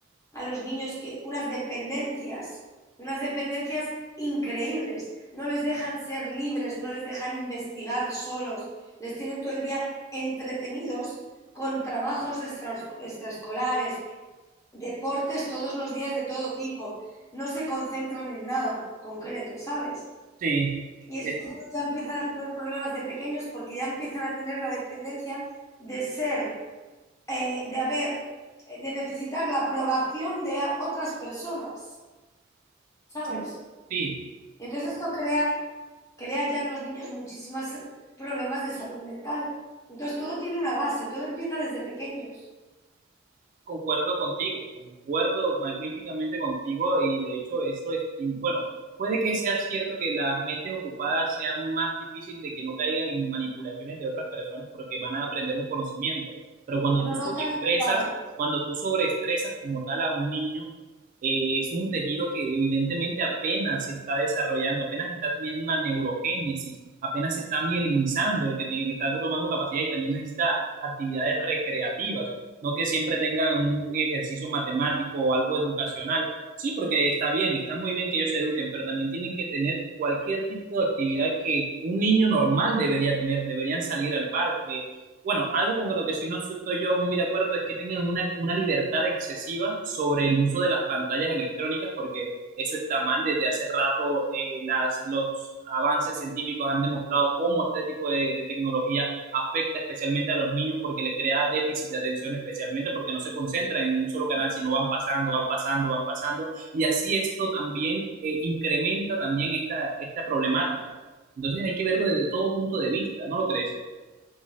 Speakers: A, on the left; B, on the right.
A: a los niños que unas dependencias, unas dependencias increíbles. No les dejan ser libres, no les dejan investigar solos, les tienen todo el día entretenidos con trabajos extra, extraescolares, deportes todos los días de todo tipo. No se concentran en nada concreto, ¿sabes?
B: Sí,
A: Y estos
B: Es-
A: niños ya empiezan a tener problemas de pequeños porque ya empiezan a tener la dependencia de ser eh, de haber, eh, de necesitar la aprobación de otras personas, ¿sabes?
B: sí, sí.
A: Y Entonces esto crea, crea ya en los niños muchísimos problemas de salud mental. Entonces todo tiene una base, todo empieza desde pequeños,
B: Concuerdo contigo, concuerdo magníficamente contigo y de hecho eso es, y bueno, puede que sea cierto que las mentes ocupadas sean más difíciles de que no caigan en manipulaciones de otras personas porque van a aprender un conocimiento, pero cuando
A: pero
B: tú sobreestresas,
A: no tan ocupada.
B: cuando tú sobreestresas como tal a un niño, eh, es un tejido que evidentemente apenas se está desarrollando, apenas está teniendo una neurogénesis, apenas se está mielinizando, que tiene- que está tomando capacidad y también necesita actividades recreativas no que siempre tengan un ejercicio matemático o algo educacional. Sí, porque está bien, está muy bien que ellos se eduquen, pero también tienen que tener cualquier tipo de actividad que un niño normal debería tener, deberían salir al parque. Bueno, algo con lo que sí no estoy yo muy de acuerdo es que tengan una, una libertad excesiva sobre el uso de las pantallas electrónicas, porque eso está mal. Desde hace rato eh, las, los avances científicos han demostrado cómo este tipo de, de tecnología afecta especialmente a los niños porque les crea déficit de atención especialmente porque no se concentran en un solo canal, sino van pasando, van pasando, van pasando. Y así esto también eh, incrementa también esta, esta problemática. Entonces hay que verlo desde todo punto de vista, ¿no lo crees?